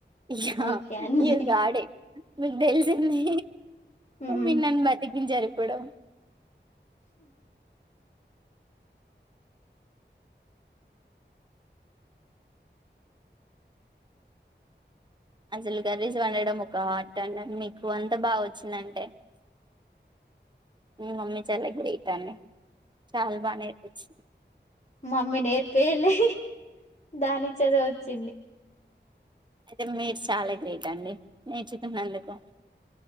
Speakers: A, on the right (about 25°); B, on the left (about 35°).
A: ఇ
B: ఓకే అండి
A: ఇ గాడే మీకు తెలిసింది
B: ఉమ్.
A: మిరు నన్ను బతికించరు ఇప్పుడు అసలు కర్రీస్ వండడం ఒక ఆర్ట్ అండి మీకు వంట బాగా వచ్చిందంటే మీ మమ్మీ చాల గ్రేట్ అండి చాల బాగా నేర్పించింది
B: మమ్మీ నేర్పేయలే దానికి అదే వచ్చింది
A: అయితే మీరు చాలా గ్రేట్ అండి నేర్చుకున్నందుకు